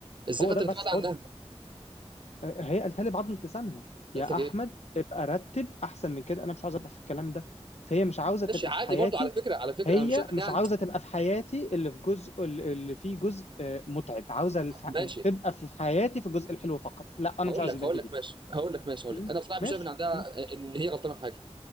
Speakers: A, on the right; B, on the left.
A: ازاي
B: هو
A: خدت
B: ده
A: الانطباع
B: بس
A: ده
B: خد
A: عنها
B: آه، هي قالتها لي بعضمه لسانها
A: قالت
B: يا
A: لك
B: احمد
A: ايه
B: ابقى رتب احسن من كده انا مش عاوز ابقى في الكلام ده فهي مش عاوزه
A: ماشي
B: تبقى
A: عادي
B: في حياتي
A: برضو على فكره على فكره
B: هي
A: انا مش شايف ان
B: مش
A: يعني
B: عاوزه تبقى في حياتي اللي في جزء اللي فيه جزء آه، متعب عاوزه الف...
A: ماشي
B: تبقى في حياتي في الجزء الحلو فقط لا انا
A: هقول
B: مش عاوز
A: لك
B: البنت
A: هقول
B: دي
A: لك ماشي هقول لك ماشي هقول
B: م?
A: لك انا بصراحه
B: ماشي
A: مش شايف ان عندها
B: م?
A: ان هي غلطانه في حاجه